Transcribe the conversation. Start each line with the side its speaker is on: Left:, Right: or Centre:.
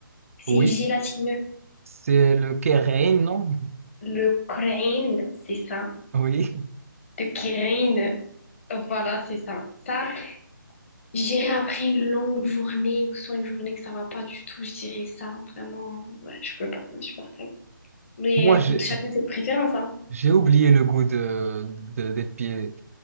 Left: C'est
Right: oui,
Left: gélatineux.
Right: c'est le kérén, non?
Left: Le crâne, c'est ça.
Right: <laughs> Oui.
Left: Le crâne, voilà, c'est ça. Ça, Je dirais après une longue journée ou soit une journée que ça va pas du tout, je dirais ça. Vraiment, ouais, je peux pas, je suis partable. Mais
Right: Moi,
Left: écoute,
Right: j'ai
Left: chacun ses préférences, hein.
Right: j'ai oublié le goût de, de- des pieds.